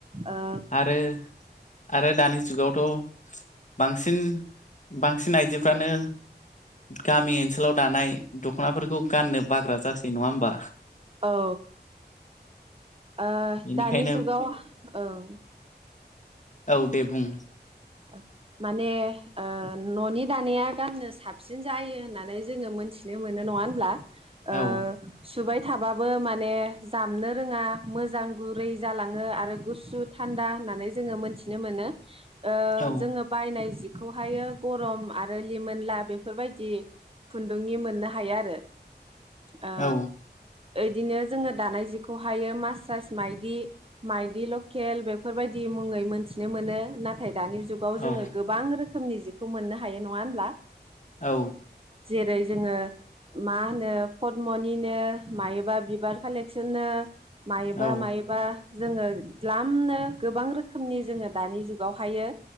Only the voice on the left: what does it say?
आरो आरो दानि जुगावथ' बांसिन बांसिन आइजो फ्रानो गामि ओनसोलाव दानाय दख'नाफोरखौ गाननो बाग्रा जासै नङा होमबा?
बेनिखायनो
औ दे बुं
औ
औ
औ
औ
औ।
औ